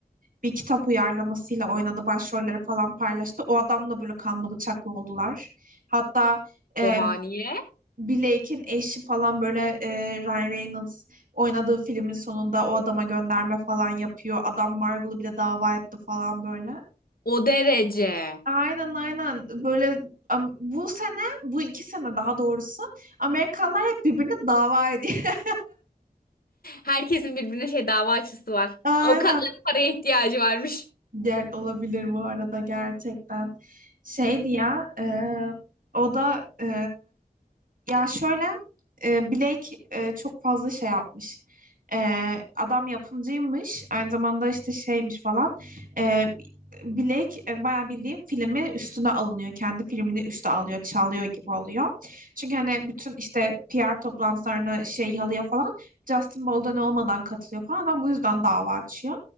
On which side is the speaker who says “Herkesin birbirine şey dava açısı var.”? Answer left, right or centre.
Left